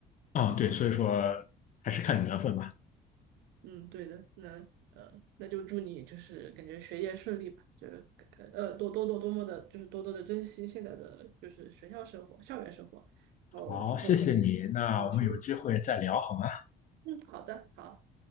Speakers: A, on the left; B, on the right.
A: 啊，对，所以说还是看缘分吧。
B: 嗯，对的，那呃，那就祝你就是感觉学业顺利吧，就是呃多多多多么的，就是多多的珍惜现在的就是学校生活、校园生活，然后之后能
A: 好，谢谢你，那我们有机会再聊好吗？
B: 也顺利。嗯，好的，好。